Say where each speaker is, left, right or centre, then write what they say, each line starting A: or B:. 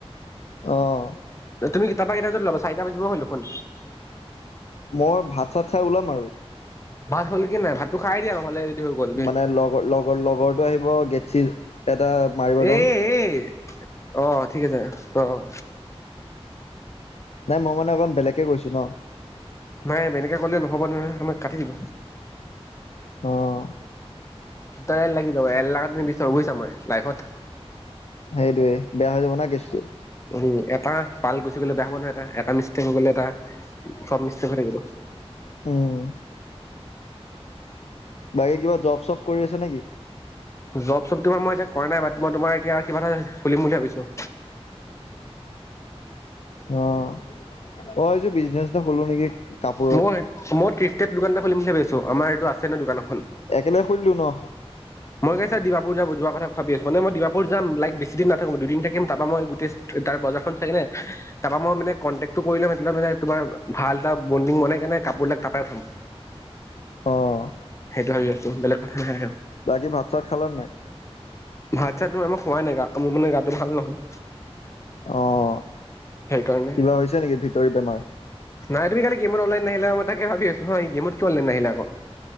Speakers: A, on the left (about 80°); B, on the left (about 25°).
A: অ'।
B: তুমি তাৰপা কেইটা বজাত ওলাবা, চাৰিটা বজিব হ'ল দেখোন
A: মই ভাত -চাত খাই ওলাম আৰু এই
B: ভাত হ'ল কি নাই, ভাতটো খাই দিয়া নহ'লে হৈ গ'ল
A: মানে লগ লগৰ লগৰটো আহিব গেটছি এটা মাৰিব যাম
B: এই, এই অহ ঠিক আছে অ'
A: নাই মই মানে অকণ বেলেকে গৈছো ন'
B: নাই এনেকে কলে নহ'ব নহয় আমাক কাটি দিব।
A: অ'।
B: তাইল লাগি যাব এলা তুমি বিচাৰি গৈছা মই লাইফত
A: সেইটোৱে বেয়া হৈ যাব না কেছটো
B: উ এটা পাল গুচি গলে বেয়া হ'ব নহয়, এটা-এটা মিষ্টেক হৈ গ'লে এটা চব মিষ্টেক হৈ থাকিব।
A: উম। বাকী কিবা জব-চব কৰি আছে নেকি?
B: জব-চব তোমাৰ মই এতিয়া কৰা নাই বাট, মই তোমাৰ এতিয়া কিবা এটা খুলিম বুলি ভাবিছো
A: অ', -অ' মই ভাবিছো বিজনেচ এটা খোলো নেকি? কাপোৰৰ
B: মই মই তিপ টায়াৰ দোকান খুলিম বুলি ভাবিছো আমাৰ এইটো আছে ন দোকানত
A: একেলগে খুলিলো ন'
B: মই কৈছ যে দিমাপুৰ যাব যোৱাৰ কথা ভাবি আছো মানে মই দিমাপুৰ যাম লাইক বেছি দিন নাথাকো দুদিন থাকিম। তাৰপা মই গোটেই তাৰ বজাৰখন চাই কেনে তাৰাপা মই মে কণ্টেক্টো কৰি লম, এ মে তোমাৰ ভাল এটা বডিং বনাই কেনে কাপোৰবিলাক তাৰ পৰাই উঠাম
A: অ'।
B: সেইটো ভাবি আছো বেলেগ কথা নাই অ'
A: বাকী ভাত-চাত খালা নাই?
B: ভাত-চাত মই খোৱাই নাই, গা মোৰ মানে গাটো ভাল নহয়।
A: অ'
B: সেইকাৰণে।
A: কিবা হৈছে নেকি ভিতৰি বেমাৰ?
B: নাই তুমি কালি গেমৰ অনলাইন নাহিলা, মই তাকে ভাবি আছো, গেমতটো কিয় অনলাইন নাহিলা আকৌ